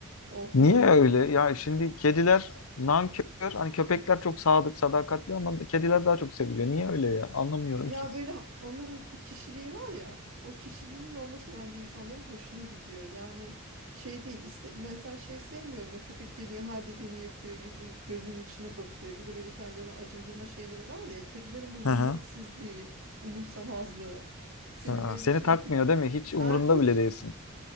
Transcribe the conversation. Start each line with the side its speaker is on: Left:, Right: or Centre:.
Right: O kızdırınca
Left: Niye öyle?
Right: pa-
Left: Ya şimdi kediler nankör. Hani köpekler çok sadık, sadakatli ama kediler daha çok seviliyor. Niye öyle ya? Anlamıyorum
Right: Ya
Left: ki.
Right: böyle ha- onların bir kişiliği var ya o kişiliğinin olması bence insanların hoşuna gidiyor. Yani şey değil iste, mesela şey sevmiyorum o köpek geliyor her dediğini yapıyor yüzün gözünün içine bakıyor. Bir de böyle kendilerini acındırma şeyleri var ya kedilerin bu minnetsizliği
Left: Hı hı.
Right: umursamazlığı seni
Left: Ha,
Right: böyle
Left: seni
Right: şey
Left: takmıyor
Right: gibi
Left: değil mi? Hiç umurunda
Right: Aa, hiç
Left: bile değilsin.